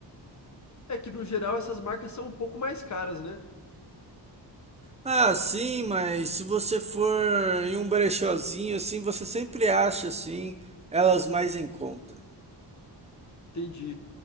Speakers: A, on the left (about 40°); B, on the right (about 15°).
A: É que no geral essas marcas são um pouco mais caras, né.
B: Ah, sim, mas se você for em um brechózinho assim, você sempre acha assim elas mais em conta.
A: Entendi.